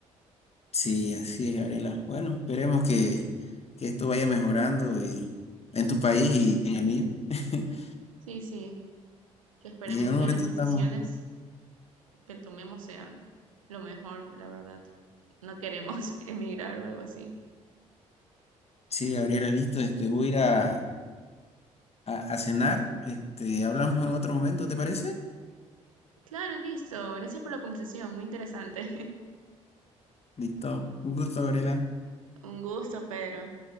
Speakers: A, on the left (about 35°); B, on the right (about 80°).
A: Sí, así es, Gabriela. Bueno, esperemos que, que esto vaya mejorando y, en tu país y en el mío. <laughs>
B: Sí, sí, que esperemos
A: Y en un
B: que
A: momento
B: las decisiones
A: estamos.
B: que tomemos sean lo mejor, la verdad. No queremos <laughs> emigrar o algo así.
A: Sí, Gabriela, listo. Este, voy a ir a, a, a cenar. Este, hablamos en otro momento, ¿te parece?
B: Claro, listo. Gracias por la conversación, muy interesante. <laughs>
A: Listo. Un gusto, Gabriela.
B: Un gusto, Pedro.